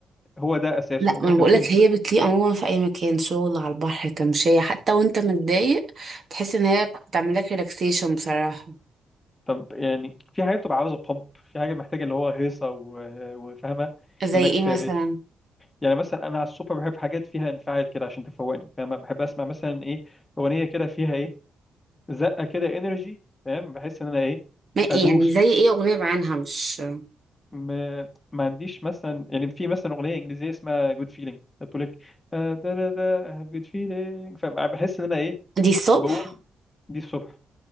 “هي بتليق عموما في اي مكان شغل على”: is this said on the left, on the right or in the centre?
Right